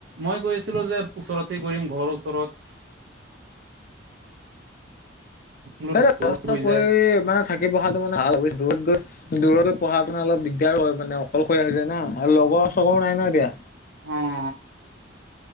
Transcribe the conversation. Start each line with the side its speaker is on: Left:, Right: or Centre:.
Right: মই কৈ আছিলোঁ যে ওচৰতে কৰিম ঘৰৰ ওচৰত। দূৰ
Left: সেই
Right: হৈ
Left: পঢ়ি,
Right: যায়
Left: মানে থাকি পঢ়াটো মানে দূৰত গৈ দূৰত পঢ়া শুনা অলপ দিগদাৰো হয় মানে, অকলশৰীয়া হৈ যায় নহ আৰু লগৰ চগৰো নাই নহ এতিয়া।
Right: অহ।